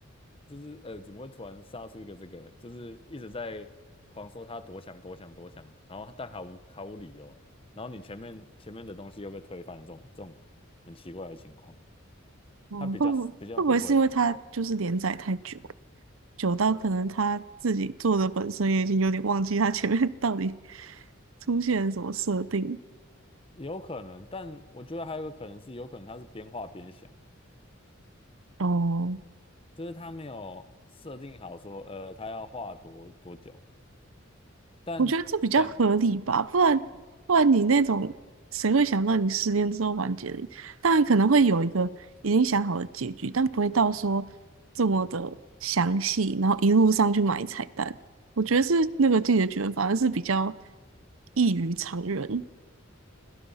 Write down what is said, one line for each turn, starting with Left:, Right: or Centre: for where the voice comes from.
Left: 就是呃，怎么会突然杀出一个这个？就是一直在狂说他多强多强多强，然后但毫无毫无理由，然后你前面前面的东西又被推翻的这种这种很奇怪的情况，
Right: 哦，
Left: 他比较比较不会嘛，
Right: 会不会会不会是因为他就是连载太久？久到可能他自己做的本身也已经有点忘记他前面 <laughs> 到底出现了什么设定。
Left: 有可能，但我觉得还有一个可能是，有可能他是边画边想。
Right: 哦，
Left: 就是他没有设定好说，呃，他要画多多久，但感
Right: 我觉得这比较合理吧，不然不然你那种谁会想到你失恋之后完结的？当然可能会有一个已经想好的结局，但不会到说这么的详细，然后一路上去买彩蛋。我觉得是那个《进击的巨人》反而是比较异于常人。